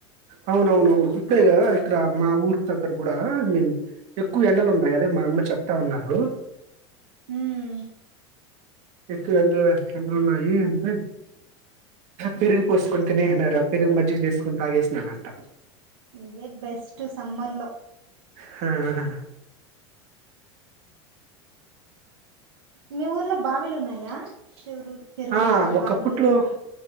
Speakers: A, on the right; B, on the right.
A: అవునవునవును ఇక్కడ ఇక్కడ మా ఊర్ దగ్గర కూడా ఐ మీన్ ఎక్కువ ఎండలు ఉన్నాయి అదే మా అమ్మ చెప్తా ఉన్నారు
B: ఉం
A: ఎక్కు ఎండలు ఎండలున్నాయి అంటె ఫిరిగి
B: ఓకే
A: పోర్స్కొ తనే ఏనార పెరుగు మజ్జిగ చేసుకుని తాగేసినారంట
B: ఇదే బెస్ట్ సమ్మర్ లో
A: హా ఆ
B: మీ ఊర్లో బావిలు ఉన్నాయి యా చె చెరువులు
A: ఆ! ఒకప్పట్లో
B: బావిలు